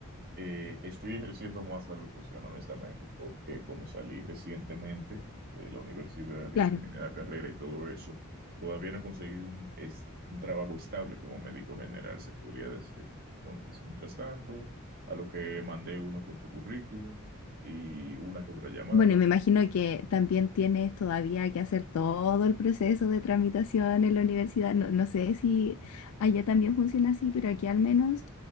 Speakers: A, on the right (about 45°); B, on the left (about 85°).
A: eh, estoy ejerciendo más la locución, honestamente, porque como salí recientemente de la universidad y
B: Claro.
A: terminé la carrera y todo eso, todavía no he conseguido un, es- un trabajo estable como médico general, se podría decir. Entonces, mientras tanto, a lo que mandé uno con otro currículum y una con otra llamada,
B: Bueno, y me imagino que también tienes todavía que hacer todo el proceso de tramitación en la universidad. No, no sé si allá también funciona así, pero aquí al menos